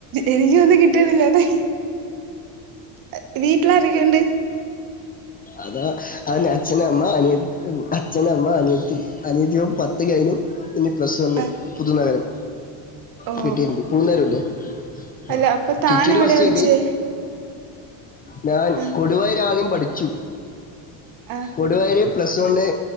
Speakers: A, on the right; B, on the left.
A: എനിക്കൊന്നും കിട്ടണില്ലതാ. അ വീട്ടിലാരെക്കണ്ട്?
B: അത അവൻ അച്ഛൻ അമ്മ അനിയൻ അച്ഛന അമ്മ അനിയത്തി അനിയത്തി പത്ത് കൈനു ഇനി പ്ലസ് വണ്
A: ആ
B: പുതുനഗരം
A: ഓ
B: കിട്ടിണ്ട് പുഴനഗരംല്ലേ ആ
A: അല്ല അപ്പൊ താൻ
B: ചിറ്റിരു
A: എവിടെയാ
B: ബസ്യി
A: പഠിച്ചേ
B: ഞാൻ
A: ആ
B: കൊടുവായര് ആദ്യം പഠിച്ചു
A: ആ
B: കൊടുവായര് പ്ലസ് വണ്